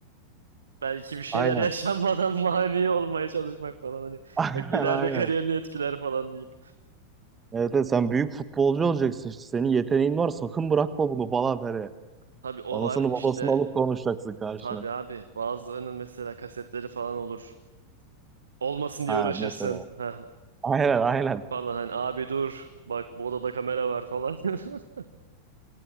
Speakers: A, on the right; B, on the right.
A: Belki bir şeyler
B: Aynen.
A: yaşanmadan <laughs> mani olmaya çalışmak falan hani.
B: <laughs>
A: Bak ileride
B: Aynen aynen.
A: kariyerini etkiler falan deyip.
B: Evet, evet, sen büyük futbolcu olacaksın işte. Senin yeteneğin var. Sakın bırakma bunu falan böyle.
A: Tabii o
B: Anasını
A: var
B: babasını
A: işte.
B: alıp konuşacaksın karşına.
A: Tabii abi bazılarının mesela kasetleri falan olur. Olmasın diye
B: Ha
A: uğraşırsın.
B: mesela.
A: Heh,
B: Aynen aynen.
A: falan hani abi dur bak bu odada kamera var falan. <laughs>